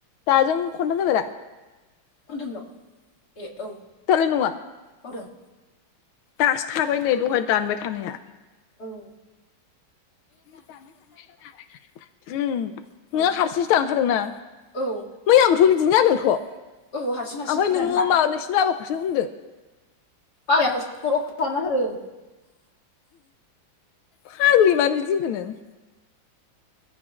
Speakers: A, on the left (about 80°); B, on the left (about 50°).
A: दाजों खनथाम जाबाय दा।
B: खनथामल' ए औ
A: दालाय नङा
B: बावदों।
A: दासो थाबाय नै दहाय दानबाय थानाया। <inaudible>
B: औ
A: बे दानबाय थानायाबो जादों दा? उम
B: औ
A: नोङो हारसिंसो दानखादोंना
B: औ
A: मैयाबोथ' बिदिनो जादों ख'
B: औ हारसिं हारसिं
A: आफाय नोङो
B: दानोब्रा
A: मा नोसिनि बाबाखौसो होनदो।
B: बाबाया खस कल खालामना होदों।
A: फाग्लि मानो बिदि होनखो नों?